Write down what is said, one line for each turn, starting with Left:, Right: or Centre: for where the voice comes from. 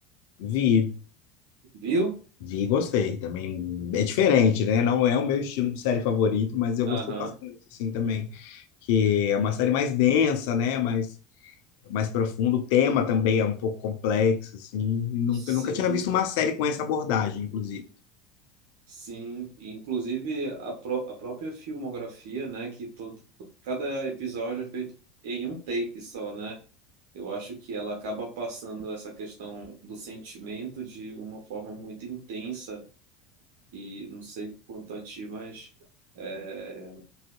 Left: vi.
Right: Viu?
Left: Vi e gostei também. É diferente, né? Não é o meu estilo de série favorito, mas eu
Right: Aham.
Left: gostei bastante, assim, também. Que é uma série mais densa, né? Mais, mais profunda. O tema também é um pouco complexo, assim. E Nunca,
Right: Sim,
Left: nunca tinha visto uma série com essa abordagem, inclusive.
Right: sim. E, Inclusive a, pró- a própria filmografia, né, que todo, cada episódio é feito em um take só, né? Eu acho que ela acaba passando essa questão do sentimento de uma forma muito intensa e não sei quanto a ti, mas é,